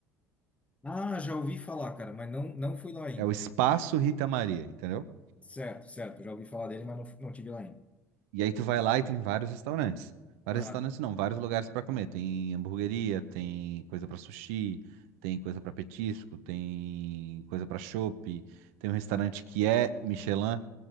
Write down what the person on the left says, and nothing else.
Ah, já ouvi falar, cara, mas não, não fui lá ainda.
Certo, certo, já ouvi falar dele, mas não, não tive lá ainda.
Aham.